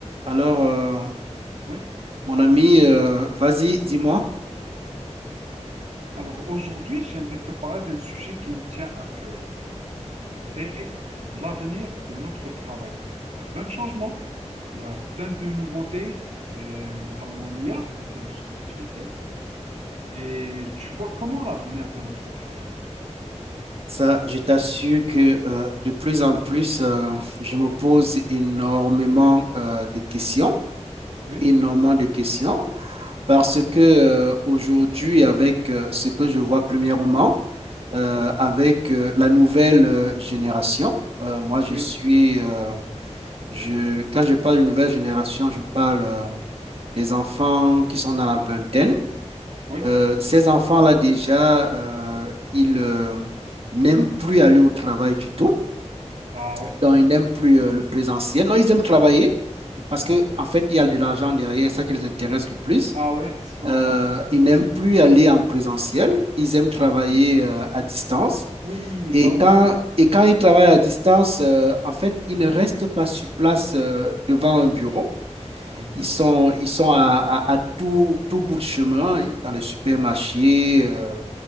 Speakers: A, on the right (about 55°); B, on the right (about 70°).
A: Alors, euh,
B: Oui.
A: mon ami, euh, vas-y, dis-moi.
B: Alors aujourd'hui, j'aimerais te parler d'un sujet qui me tient à cœur. C'est l'avenir de notre travail. Il y a plein de changements, il y a plein de nouveautés, et notamment l'IA, l'intelligence artificielle. Et tu vois comment l'avenir de notre travail?
A: Ça, je t'assure que euh, de plus en plus, euh, je me pose énormément euh, de questions,
B: Oui,
A: énormément de questions, parce que euh, aujourd'hui, avec euh, ce que je vois premièrement, euh, avec euh, la nouvelle euh, génération, euh, moi, je
B: oui,
A: suis, euh, je, quand je parle de nouvelle génération, je parle euh, des enfants qui sont dans
B: mhm,
A: la vingtaine
B: oui.
A: Euh, ces enfants-là, déjà, euh, ils euh, n'aiment plus aller au travail du tout.
B: Ah ouais,
A: Donc, ils n'aiment plus euh, le présentiel. Non, ils aiment travailler parce
B: mhm.
A: qu'en en fait, il y a de l'argent derrière, ça qui les intéresse le plus.
B: Ah ouais, <laughs> c'est normal.
A: Euh, ils n'aiment plus aller en présentiel. Ils aiment travailler
B: Oui,
A: euh, à distance.
B: oui,
A: Et
B: ça
A: quand,
B: aussi, ouais.
A: et quand ils travaillent à distance, euh, en fait, ils ne restent pas sur place euh, devant un bureau.
B: Mhm.
A: Ils sont, ils sont à, à- à tout, tout bout de chemin, dans les supermarchés, euh,